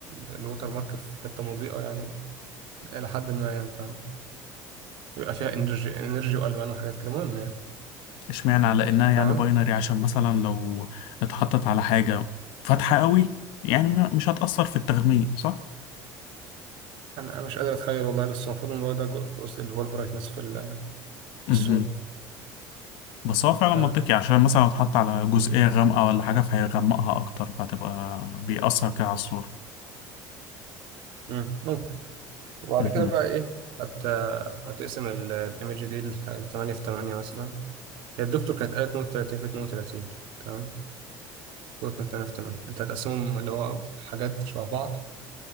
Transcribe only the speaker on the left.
اشمعنى على انها
يعني باينري عشان مثلا لو اتحطت على حاجة فاتحة قوي يعني م- مش هتأثر في التغميق صح؟
امم
بس هو فعلا
منطقي عشان مثلا لو اتحط على جزئية غامقة ولا حاجة فهيغمقها أكتر فهتبقى بيأثر كده على الصورة
امم